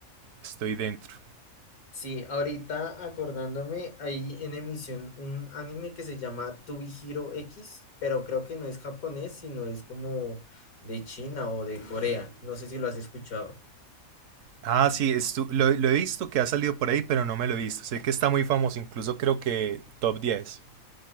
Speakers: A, on the right; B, on the left.
A: estoy dentro.
B: Sí, ahorita acordándome, hay en emisión un anime que se llama To Be Hero X, pero creo que no es japonés, sino es como de China o de Corea. No sé si lo has escuchado.
A: Ah, sí, estu- lo, lo he visto que ha salido por ahí, pero no me lo he visto. Sé que está muy famoso, incluso creo que top diez.